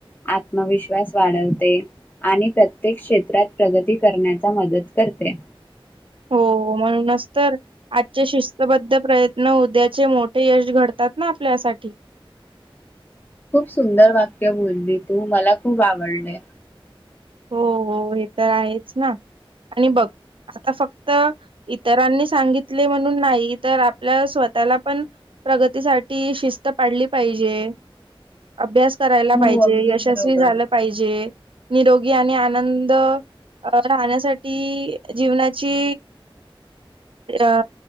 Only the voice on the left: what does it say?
आत्मविश्वास वाढवते, आणि प्रत्येक क्षेत्रात प्रगती करण्याचा मदत करते.
खूप सुंदर वाक्य बोलली तू मला खूप आवडले
हो
अगदी
बरोबर